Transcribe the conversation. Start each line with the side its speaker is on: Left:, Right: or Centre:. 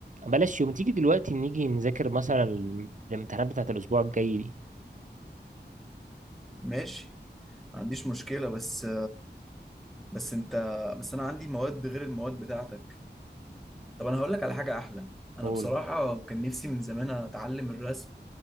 Right: بلاش يوم تيجي دلوقتي نيجي نذاكر مثلا الم- الامتحانات بتاعت الاسبوع الجاي دي
Centre: ماشي ما عنديش مشكلة بس بس انت بس انا عندي مواد غير المواد بتاعتك طب انا هقول لك على حاجه احلى انا
Right: قول
Centre: بصراحه كان نفسي من زمان اتعلم الرسم